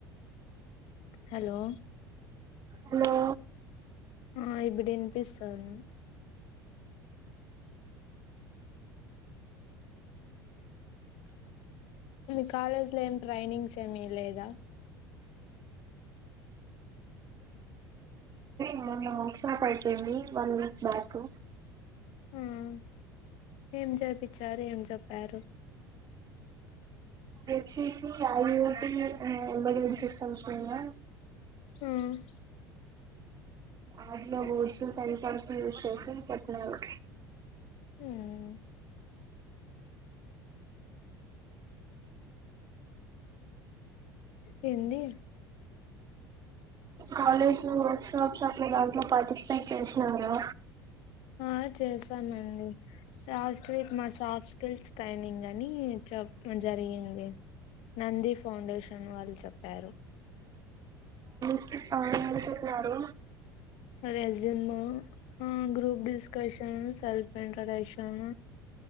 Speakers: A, on the left (about 55°); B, on the right (about 30°).
A: హలో
B: హలో
A: ఆ ఇప్పుడు వినిపిస్తంది మీ కాలేజ్ లో ఏం ట్రైనింగ్స్ ఏమి లేదా.
B: మోన్న వుక్షనపేతంది <unintelligible> వన్ వీక్ బ్యాక్
A: ఉహ్మ్ ఏం చెప్పించారు ఏం చెప్పారు.
B: పరీక్ష ఐపోయి <unintelligible> ఎబెన్ ఎమాటే తెలుస్తది సంస్టోనియ
A: ఆహ్
B: వాట్లో గూడ్సు కనిసల్స్ యూస్ చేసి పెట్నవి
A: ఉహ్ హిందీ
B: కాలేజ్ లో వర్క్ షాప్స్ అప్పుడు దాంట్లో పార్టిసిపేట్ చేసిన్నారా.
A: ఆ చేసామండి. లాస్ట్ వీక్ మా సాఫ్ట్ స్కిల్స్ ట్రైనింగ్ అని చెప్ జరిగింది. నంది ఫౌండేషన్ వాళ్ళు చెప్పారు.
B: స్ అడు <unintelligible> చెప్పనాడు
A: రెజూమ్, ఆహ్ group discussion, self introduction,